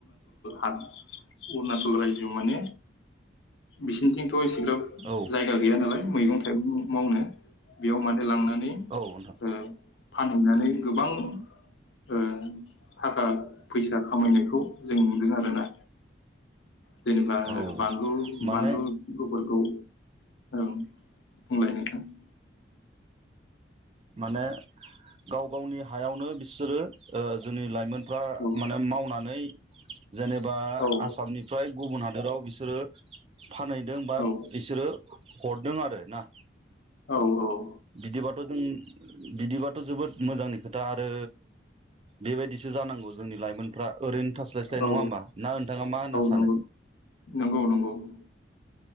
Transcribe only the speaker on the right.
औ
औ नोंथां
औ
माने
माने गाव गावनि हायावनो बिसोरो ओ जोंनि लाइमोन फ्रा
माने मावनानै जेनेबा
आसामनिफ्राय गुबुन हाद दराव बिसोरो फानहैदों बा
बिसोरो हरदों आरो ना
बिदिबाथ जों बिदिबाथ जोबोद मोजांनि खोथा आरो बेबायदिसो जानांगौ जोंनि लाइमोनफ्रा ओरैनो थास्लायस्लाय
नङा होमबा ना नोंथाङा मा होनना सानो?